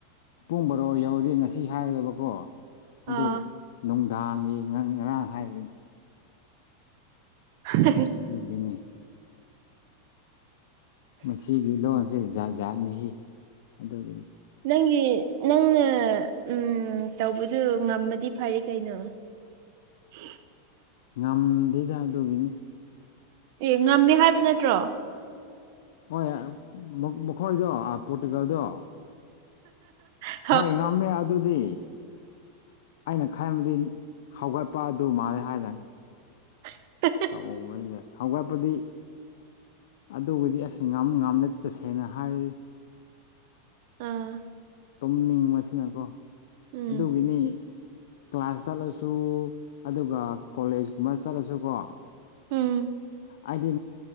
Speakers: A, on the left; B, on the right.
A: ꯄꯨꯡ ꯕꯔꯣ ꯌꯧꯔꯗꯤ ꯉꯁꯤ ꯍꯥꯏꯒꯗꯕꯀꯣ ꯑꯗꯨ
B: ꯑꯥ
A: ꯅꯨꯡꯗꯥꯡꯒꯤ ꯅꯪ ꯉꯔꯥꯡ ꯍꯥꯢ ꯍꯥꯢꯔꯤꯗꯨ
B: ꯍꯥ <unintelligible>
A: ꯑꯗꯨꯒꯤꯅꯦ ꯃꯁꯤꯒꯤ ꯂꯣꯟꯁꯦ ꯖꯥꯠ ꯖꯥꯠꯅꯤꯍꯦ ꯑꯗꯨꯒꯤ
B: ꯅꯪꯒꯤ ꯅꯪꯅ ꯎꯝ ꯇꯧꯕꯗꯨ ꯉꯝꯃꯗꯤ ꯐꯥꯔꯦ ꯀꯩꯅꯣ ꯎ <inaudible>
A: ꯉꯝꯗꯦꯗ ꯑꯗꯨꯒꯤꯅꯤ
B: ꯑꯦ ꯉꯝꯃꯦ ꯍꯥꯏꯕ ꯅꯠꯇ꯭ꯔꯣ
A: ꯍꯣꯏ ꯃꯈꯣꯏꯗꯣ ꯄꯣꯔꯇꯨꯒꯜꯗꯣ
B: ꯍꯥꯍꯥ <unintelligible>
A: ꯍꯣꯏ ꯉꯝꯃꯦ ꯑꯗꯨꯗꯤ ꯑꯩꯅ ꯈꯟꯕꯗꯤ ꯍꯧꯒꯠꯄ ꯑꯗꯨ ꯃꯥꯜꯂꯦ ꯍꯥꯏꯅ
B: ꯎꯝ <unintelligible>
A: ꯇꯧꯕꯅꯤꯅꯦ ꯍꯧꯒꯠꯄꯗꯤ ꯑꯗꯨꯕꯨꯗꯤ ꯑꯁ ꯉꯝ ꯉꯥꯝꯅ ꯇꯁꯦꯡꯅ ꯍꯥꯏꯔꯗꯤ
B: ꯑꯝ
A: ꯇꯨꯝꯅꯤꯡꯕꯁꯤꯅꯀꯣ
B: ꯎꯝ
A: ꯑꯗꯨꯒꯤꯅꯤ ꯀ꯭ꯂꯥꯁ ꯆꯠꯂꯁꯨ ꯑꯗꯨꯒ ꯀꯣꯂꯦꯖꯀꯨꯝꯕ ꯆꯠꯂꯁꯨ ꯀꯣ
B: ꯎꯝ
A: ꯍꯥꯏꯗꯤ